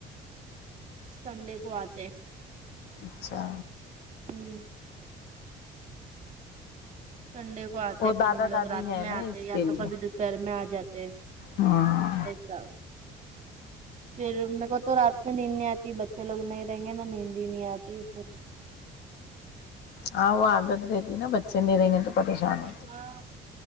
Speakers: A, on the right; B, on the left.
A: سنڈے کو آتے ہیں
B: اچھا
A: ہوں سنڈے وہ آتے
B: دادا
A: پھر ان لوگ
B: دادی
A: رات
B: ہے
A: میں
B: نا
A: آتے
B: اس
A: یا
B: کے
A: تو
B: لیے
A: کبھی دوپہر میں آ جاتے ہے
B: ہاں
A: چ پھر میر کو تو رات میں نیند نہیں آتی بچے لوگ نہیں رہیں گے نا نیندی ہی نہیں آتی پھر
B: ہاں وہ عادت رہتی ہے نا بچے نہیں رہیں گے تو پریشان ہو
A: ہاں